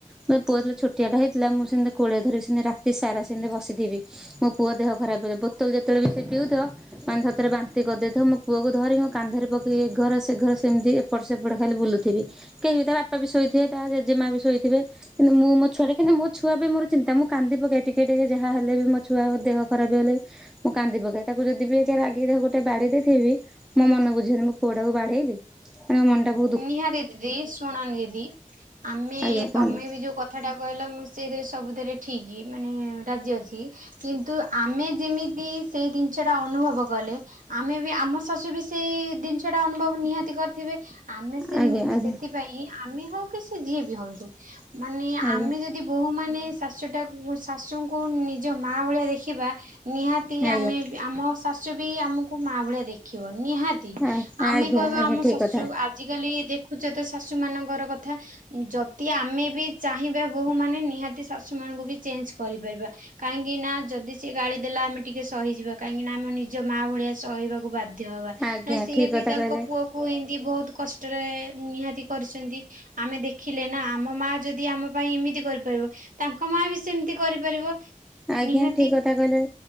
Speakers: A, in the centre; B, on the right.
A: ମୋ ପୁଅ ଥିଲା ଛୋଟିଆଟା ହେଇଥିଲା ମୁଁ ସେମିତି କୋଳରେ ଧରି ସେମତି ରାତି ସାରା ସେତି ବସିଥିଲି। ମୋ ପୁଅ ଦେହ ଖରାପଥିବ ବୋତଲ ଯେତେବେଳେ ବି ସେ ପିଉଥିବ। ମାନେ ତରେ ବାନ୍ତି କରିଦେଇଥାଉ ମୋ ପୁଅକୁ ଧରିିକି ମୋ କାନ୍ଧରେ ପକେଇ ଏ ଘର ସେ ଘର ସେମିତି ଏପଟ ସେପଟେ ଖାଲି ବୁଲୁଥିବି କେହି ବିି ତା ବାପା ବି ଶୋଇଥିବେ ତା ଜେଜେମା ବି ଶୋଇଥିବେ। କିନ୍ତୁ ମୁଁ ମୋ ଛୁଆ ମୋ ଛୁଆ ପାଇଁ ମୋର ଚିତା ମୁଁ କାନ୍ଦି ପକାଏ ଟିକେ ଟିକେ ଯାହା ହା ହେଲେ ବି ମୋ ଛୁଆର ଦେହ ଖରାପ ହେଲେ। ମୁଁ କାନ୍ଦିପକାଏ ତାକୁ ଯଦି ବି ଗୋଟେ ରାଗିକି ଗୋଟେ ବାଡେଇ ଦେଇଥିବି। ମୋ ମନ ବୁଝିବନି ମୋ ପୁଅଟାକୁ ବାଡେଇଲି। ମୋ ମନଟା ପୁ
B: ନିହାତି ଦିଦି ଶୁଣ ଦିଦି ଆମେ
A: ଆଜ୍ଞା କୁହନ୍ତୁ
B: ତମେ ବି ଯୋଉ କ କଥାଟା କହିଲା ମୁଁ ସେଥିରେ ସବୁଥିରେ ଠିକ୍ ମାନେ ରାଜି ଅଛି। କିନ୍ତୁ ଆମେ ଯେମିତି ସେଇ ଜିନିଷ ଟା ଅନୁଭବ କଲେ। ଆମେ ବି ଆମ ଶାଶୁ ବି ସେଇ ଜିନିଷ ଟା ଅନୁଭବ ନିହାତି କରିଥିବେ ଆମେ ସେ
A: ଆଜ୍ଞା ଆଜ୍ଞା
B: ସେଥି ପାଇଁ ଆମେ ହଉ କି ସେ ଯିଏ ବି ହଅନ୍ତୁ ମାନେ
A: ଆଜ୍ଞା
B: ଆମେ ଯଦି ଯଦି ବୋହୂ ମାନେ ଶାଶୁଟା ଶାଶୁଙ୍କୁ ନିଜ ମା ଭଳିଆ ଦେଖିବା ନିହାତି ଆମେ
A: ଆଜ୍ଞା
B: ଆମ ଶାଶୁ ବି ଆମକୁ ମାଆ ଭଳିଆ ଦେଖିବ ନିହା ତୀ
A: ଆଜ୍ଞା
B: ଆମେ
A: ଆଜ୍ଞା
B: କହିବା
A: ଆଜ୍ଞା
B: ଆମ
A: ଠିକ୍
B: ସାଶୁ
A: କଥା
B: ଆ ଆଜିକାଲି ଦେଖୁଛେ ତ ଶାଶୁମାନଙ୍କର କଥା ଯଦି ଆମେ ବି ଚାହିଁବା ବୋହୁମାନେ ନିହାତି ଶାଶୁମାନଙ୍କୁ ବି ଚେଞ୍ଜ କରିପାରିବା କାହିଁକି ନା ଯଦି ସେିଏ ଗାଳି ଦେଲା ଆମେ ଟିକେ ସହିଯିବା କାହିଁକି ନା ଆମେ ନିଜ ମାଆ ଭଳିଆ ସହିବାକୁ ବାଦ ଧ୍ୟହବା
A: ଆଜ୍ଞା
B: ସିଏ
A: ଠିକ କଥା
B: ବି ତାଙ୍କ
A: କହିଲେ
B: ପୁଅକୁ ଏମତି ବହୁତ କଷ୍ଟରେ ନିହାତି କରିଛନ୍ତି। ଆମେ ଦେଖିଲେ ନା ଆମ ମା ଯଦି ଆମ ପାଇଁ ଏମିତି କରିପାରିବ। ତାଙ୍କ ମା ବି ସେମିତି କରିପାରିବ।
A: ଆଜ୍ଞା
B: ନିହାତି
A: ଠିକ କଥା କହିଲେ